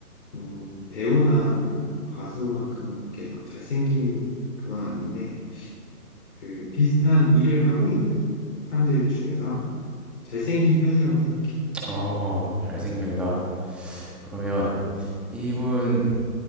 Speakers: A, on the left; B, in the centre.
A: 음, 배우나 뭐 가수만큼 이렇게 막 잘생긴 그건 아닌데 그 비슷한 일을 하고 있는 사람들 중에선 잘생긴 편이라고 생각해.
B: 어 잘생긴 편이다. 그러면 이분